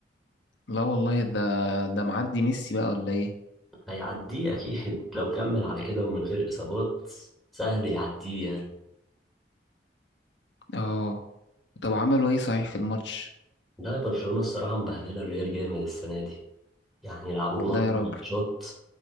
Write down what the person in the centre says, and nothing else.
هيعديه اكيد <laughs> لو كمل على كده ومن غير اصابات سهل يعديه يعني
لا برشلونة الصراحة مبهدلة الريال جامد السنة دي يعني لعبوهم
أربع
ماتشات